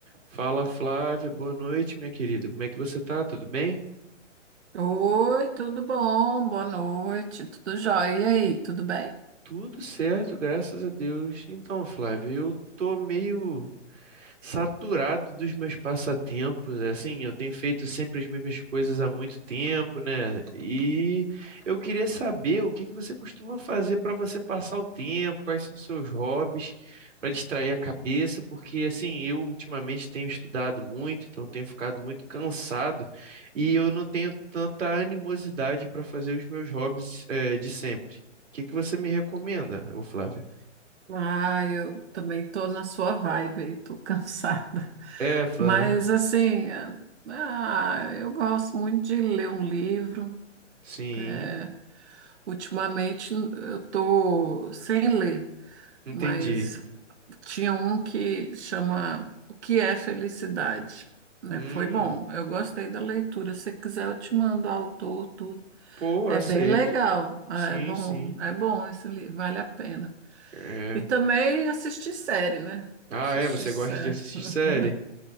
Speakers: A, on the right; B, on the right.
A: Fala Flávia, boa noite, minha querida. Como é que você tá? Tudo bem?
B: Oi, tudo bom? Boa noite, tudo jóia? E aí, tudo bem?
A: Tudo certo, graças a Deus. Então, Flávia, eu tô meio saturado dos meus passatempos, é assim, eu tenho feito sempre as mesmas coisas há muito tempo, né? E eu queria saber o que que você costuma fazer para você passar o tempo, quais são seus hobbies para distrair a cabeça, porque assim, eu ultimamente tenho estudado muito, então tenho ficado muito cansado e eu não tenho tanta animosidade para fazer os meus hobbies eh, de sempre. O que que você me recomenda, ô Flávia?
B: Ah, eu também tô na sua vibe, aí, tô <laughs> cansada.
A: É, Flávia.
B: Mas assim, é, ah, eu gosto muito de ler um livro.
A: Sim,
B: É, ultimamente eu tô sem ler,
A: entendi.
B: mas tinha um que chama O que é felicidade, né?
A: Hum.
B: Foi bom, eu gostei da leitura. Se quiser, eu te mando o autor, tudo.
A: Pô,
B: É
A: aceito.
B: bem legal. Ah,
A: Sim,
B: É bom,
A: sim.
B: é bom esse livro, vale a pena.
A: É.
B: E também assistir série, né?
A: Ah,
B: Assistir
A: é? Você
B: série.
A: gosta de assistir série?
B: <laughs>